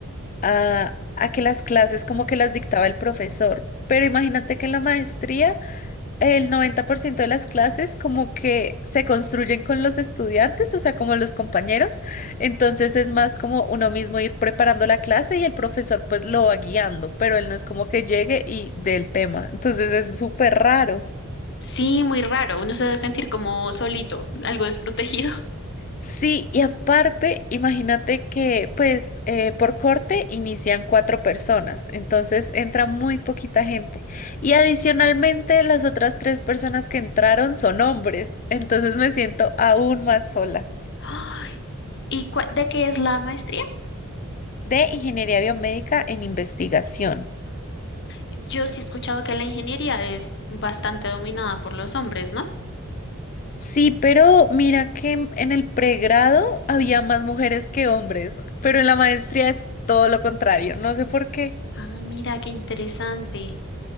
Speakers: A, on the left (about 35°); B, on the left (about 55°).
A: a, a que las clases como que las dictaba el profesor, pero imagínate que en la maestría El 90% de las clases como que se construyen con los estudiantes, o sea, como los compañeros. Entonces es más como uno mismo ir preparando la clase y el profesor pues lo va guiando, pero él no es como que llegue y dé el tema. Entonces es súper raro.
B: Sí, muy raro. Uno se debe sentir como solito, algo desprotegido.
A: Sí, y aparte, imagínate que pues eh, por corte inician cuatro personas, entonces entra muy poquita gente. Y adicionalmente las otras tres personas que entraron son hombres, entonces me siento aún más sola.
B: <laughs> Ay, ¿Y cua- de qué es la maestría?
A: de ingeniería biomédica en investigación.
B: Yo sí he escuchado que la ingeniería es bastante dominada por los hombres, ¿no?
A: Sí, pero mira que en en el pregrado había más mujeres que hombres, pero en la maestría es todo lo contrario. No sé por qué.
B: Ah, mira, qué interesante.